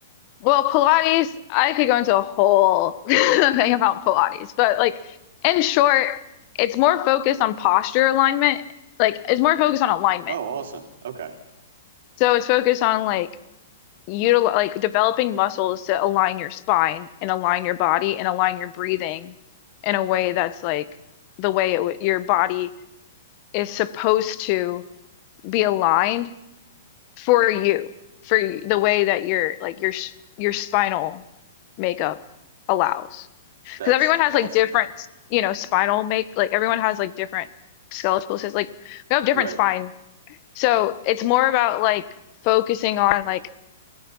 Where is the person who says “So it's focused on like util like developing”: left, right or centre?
Left